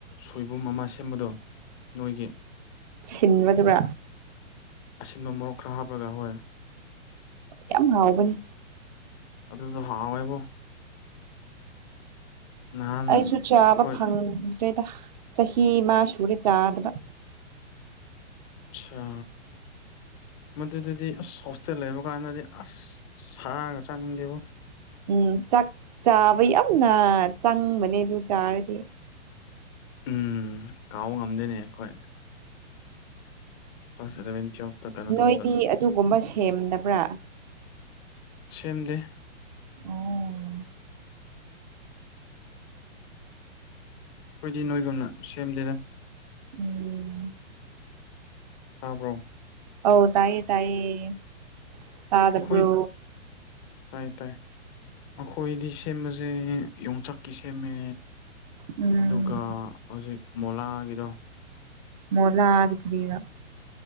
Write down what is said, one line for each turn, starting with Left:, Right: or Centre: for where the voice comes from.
Left: ꯁꯣꯏꯕꯨꯝ ꯑꯃ ꯁꯦꯝꯕꯗꯣ ꯅꯣꯏꯒꯤ
Right: ꯁꯤꯟꯕꯗꯨꯔꯥ
Left: ꯑꯁꯤꯟꯕ ꯃꯣꯔꯣꯛ ꯈꯔ ꯍꯥꯞꯔꯒ ꯍꯣꯏ
Right: ꯌꯥꯝ ꯍꯥꯎꯕꯅꯤ
Left: ꯑꯗꯨꯗꯣ ꯍꯥꯎꯋꯦꯕꯣ ꯅꯍꯥꯟ
Right: ꯑꯩꯁꯨ ꯆꯥꯕ
Left: ꯑꯩꯈꯣꯏ
Right: ꯐꯪꯗ꯭ꯔꯦꯗ ꯆꯍꯤ ꯑꯃ ꯁꯨꯔꯦ ꯆꯥꯗꯕ
Left: ꯁꯥ ꯃꯗꯨꯗꯨꯗꯤ ꯑꯁ ꯍꯣꯁꯇꯦꯜ ꯂꯩꯕ ꯀꯥꯟꯗꯗꯤ ꯑꯁ ꯁꯥꯒ ꯆꯥꯅꯤꯡꯗꯦꯕꯣ
Right: ꯎꯝ ꯆꯥꯛ ꯆꯥꯕ ꯌꯥꯝꯅ ꯆꯪꯕꯅꯦ ꯑꯗꯨ ꯆꯥꯔꯗꯤ
Left: ꯎꯝ ꯀꯥꯎꯕ ꯉꯝꯗ ꯉꯝꯗꯦꯅꯦ ꯑꯩꯈꯣꯏ <inaudible> ꯇꯧꯕꯗ
Right: ꯅꯣꯏꯗꯤ ꯑꯗꯨꯒꯨꯝꯕ ꯁꯦꯝꯗꯕ꯭ꯔꯥ
Left: ꯁꯦꯝꯗꯦ
Right: ꯑꯣ
Left: ꯑꯩꯈꯣꯏꯗꯤ ꯅꯣꯏꯒꯨꯝꯅ ꯁꯦꯝꯗꯦꯗꯥ
Right: ꯎꯝ
Left: ꯇꯥꯕ꯭ꯔꯣ
Right: ꯑꯧ ꯇꯥꯏꯌꯦ ꯇꯥꯏꯌꯦ ꯇꯥꯗꯕ꯭ꯔꯣ
Left: ꯑꯩꯈꯣꯏ ꯇꯥꯏ ꯇꯥꯏ ꯑꯩꯈꯣꯏꯗꯤ ꯁꯦꯝꯕꯁꯦ ꯌꯣꯡꯆꯥꯛꯀꯤ ꯁꯦꯝꯃꯦ
Right: ꯎꯝ
Left: ꯑꯗꯨꯒ ꯍꯧꯖꯤꯛ ꯃꯣꯂꯥꯒꯤꯗꯣ
Right: ꯃꯣꯂꯥꯗꯤ ꯀꯔꯤꯔꯥ